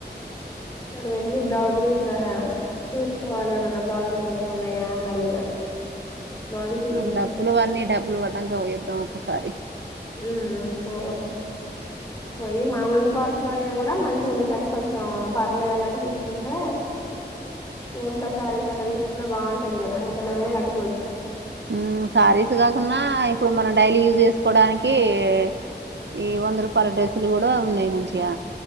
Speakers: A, on the left; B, on the right.
A: ఒకసారి వెళ్ళి బ్లౌజులు ఇట్లా చూసుకోవాలి ఏమన్నా బ్లౌజులు మంచిగా ఉన్నాయా అది ఇది అని బ్లౌజ్ పీసెస్
B: ఒక డబ్బులు అన్నీ డబ్బులు పడ్డాక పోయోదాం ఒకసారి
A: ఉమ్ పోదం పోయి మామూలులు కోస్టులో అయినా కూడా మంచిగా ఉండేటట్టు కొంచెం పర్లేదు అన్నట్టు తీసుకుంటే సేమ్కా సారీస్ అట్లా తీసుకుంటె బాగుంటాది కదా ఎటన్నమైనా కట్టుకోవచ్చు
B: హమ్ శారీస్ కాకున్నా ఇప్పుడు మనం డైలీ యూజ్ చేసుకోవడానికి ఏ ఈ వంద రూపాయల డ్రెస్సులు కూడా ఉన్నాయి మంచిగా